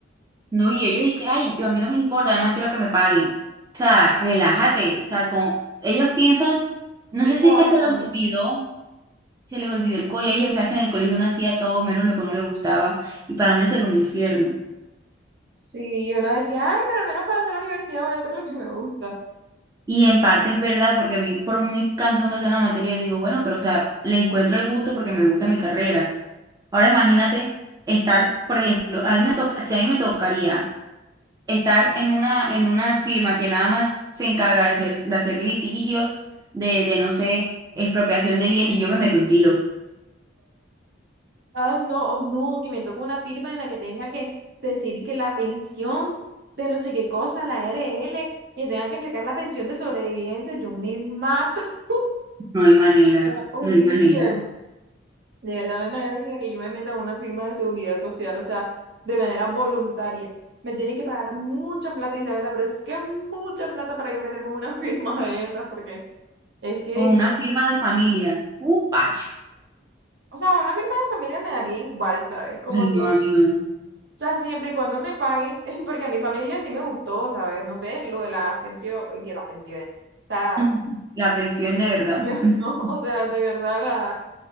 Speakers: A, on the right (about 20°); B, on the right (about 60°).
A: No, y ellos, y que, ay, yo a mí no me importa, además quiero que me paguen. O sea, relájate. O sea, como ellos piensan,
B: Vida
A: no sé si es
B: baja,
A: que se los
B: Juli.
A: olvidó, se les olvidó el colegio, o sea, que en el colegio uno hacía todo menos lo que a uno le gustaba, y para mí eso era un infierno.
B: Sí, uno decía, ay, pero al menos cuando esté en la universidad voy a hacer lo que me gusta.
A: Y en parte es verdad, porque a mí, por muy cansón que sea una materia, digo, bueno, pero o sea, le encuentro el gusto porque me gusta mi carrera. Ahora imagínate estar, por ejemplo, a mí me toca, si a mí me tocaría estar en una, en una firma que nada más se encarga de hacer, de hacer litigios, de, de no sé, expropiación de bienes, yo me meto un tiro.
B: Ay, no, oh, no, que me toque una firma en la que tenga que decir que la pensión de no sé qué cosa, la RL, y tenga que sacar la pensión de sobrevivientes, yo me mato. <laughs>
A: No hay manera,
B: Sería Horrible.
A: no hay manera.
B: De verdad, no hay manera en la que yo me meta a una firma de seguridad social, o sea, de manera voluntaria. Me tienen que pagar mucha plata, Isabela, pero es que mucha plata para yo meterme en una <laughs> firma de esas, porque es que
A: O una firma de familia. Uh, pacho.
B: O sea, una firma de familia me daría igual, ¿sabes? Como
A: Ay, no,
B: que, o
A: a mí no.
B: sea, siempre y cuando me paguen, <laughs> porque a mi familia sí me gustó, ¿sabes? No sé, lo de las pensiones, que las pensiones. O sea,
A: <laughs> La pensión de
B: <laughs>
A: verdad.
B: no,
A: <laughs>
B: no, o sea, de verdad la,